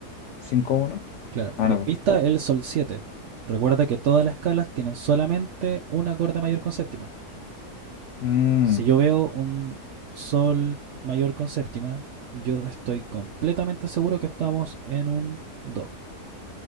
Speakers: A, on the left; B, on the right.
A: cinco uno.
B: Claro,
A: Ah,
B: pero
A: no.
B: la pista
A: pues.
B: es el sol 7. Recuerda que todas las escalas tienen solamente un acorde mayor con séptima.
A: Mm,
B: Si yo veo un sol mayor con séptima, yo estoy completamente seguro que estamos en un do,